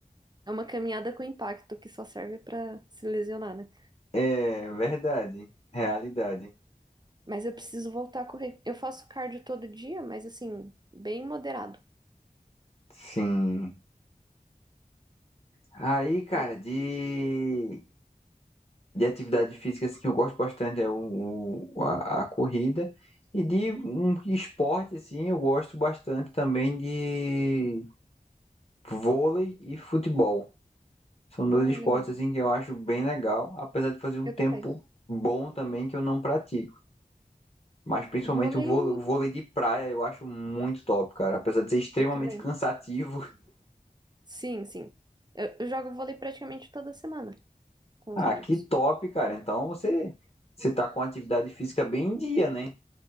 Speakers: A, on the right (about 30°); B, on the left (about 40°).
A: É uma caminhada com impacto que só serve para se lesionar, né?
B: É, verdade. Realidade.
A: Mas eu preciso voltar a correr. Eu faço cardio todo dia, mas assim, bem moderado.
B: Sim. Aí, cara,
A: Hum.
B: de, de atividade física assim, que eu gosto bastante é o, o- a, a corrida. E de um esporte, assim, eu gosto bastante também de vôlei e futebol. São
A: Ah,
B: dois esportes
A: legal.
B: assim que eu acho bem legal, apesar de fazer um
A: Eu
B: tempo
A: também.
B: bom também que eu não pratico. Mas principalmente
A: Vôlei.
B: o vôle- o vôlei de praia eu acho muito top, cara. Apesar de ser extremamente
A: Eu também.
B: cansativo. <laughs>
A: Sim, sim. Eu, eu jogo vôlei praticamente toda semana com
B: Ah,
A: os amigos.
B: que top, cara. Então você você tá com atividade física bem em dia, né?